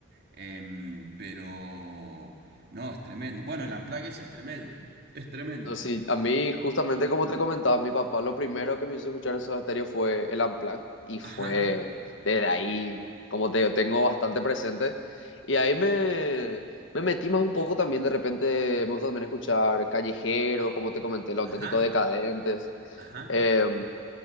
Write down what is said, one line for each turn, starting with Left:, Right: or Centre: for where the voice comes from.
Right: Em, pero no, es tremendo. Bueno, el Unplugged ese es tremendo. Es tremendo.
Left: No, sí, a mí, justamente como te comentaba, mi papá lo primero que me hizo escuchar Soda Stereo fue el Unplugged y fue
Right: Ajá,
Left: desde ahí, como te digo, tengo bastante presente. Y ahí me, me metí más un poco también, de repente me gusta también escuchar Callejeros, como te comenté, Los
Right: ajá,
Left: Auténticos Decadentes.
Right: ajá,
Left: Eh,